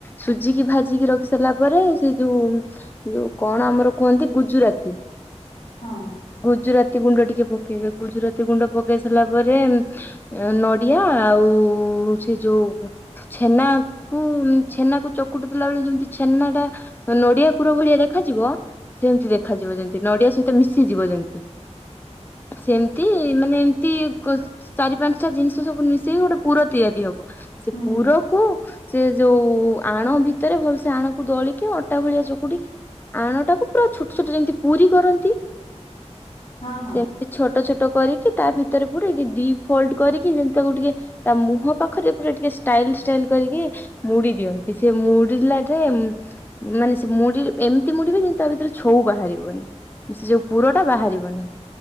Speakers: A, on the left; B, on the left.
A: ସୁଜିକି ଭାଜିକି ରଖି ସାରିଲା ପରେ ସେ ଯୋଉ ଯୋଉ କଣ ଆମର କୁହନ୍ତି ଗୁଜୁରାତି।
B: ହଁ।
A: ଗୁଜୁରାତି ଗୁଣ୍ଡ ଟିକେ ପକେଇବେ ଗୁଜୁରାତି ଗୁଣ୍ଡ ପକେଇ ସାରିଲା ପରେ ଅ ନଡିଆ ଆଉ ସେ ଯୋଉ ଛେନା କୁ ଛେନାକୁ ଚକୁଟି ଦେଲା ବେଳେ ଯେମିତି ଛେନାଟା ନଡିଆ କୁର ଭଳିଆ ଦେଖାଯିବ। ସେମତି ଦେଖାଯିବ ଯେମତି ନଡିଆ ସହିତ ମିଶିଯିବ ଯେମତି। ସେମତି ମାନେ ଏମତି କୁସ୍‌ ଚାରି ପାଞ୍ଚ ତା ଜିନିଷ ସବୁ ମିଶେଇକି ଗୋଟେ ପୁର ତିଆଦି ହବ ସେ
B: ହୁଁ
A: ପୁରକୁ ସେ ଯୋଉ ଆଣ ଭିତରେ ଭଲସେ ଆଣକୁ ଦଳିକି ଅଟା ଭଳିଆ ଚକୁଡିକି ଆଣଟାକୁ ପୁରା ଛୋଟ ଛୋଟ ଯେମତି ପୁରୀ କରନ୍ତି
B: ହଁ ହଁ
A: ସେମିତ୍। ଛୋଟ ଛୋଟ କରିକି ତା ଭିତରେ ପୁରେଇକି ଦି ଫୋଲ୍ଡ କରିକି ଯେମ୍ ତାକୁ ଟିକେ ତା ମୁହଁ ପାଖରେ ପୁରା ଟିକେ ଷ୍ଟାଇଲ ଷ୍ଟାଇଲ କରିକି ମୁଡି ଦିଅନ୍ତି ସେ ମୁଡିଲାଯାଏ ମାନେ ସେ ମୁଡି ଏମ୍ତି ମୁଡିବେ ଯେମ୍ତି ତା ଭିତରେ ଛଉ ବାହାରିବନି। ସେ ଯୋଉ ପୁରଟା ବାହାରିବନି।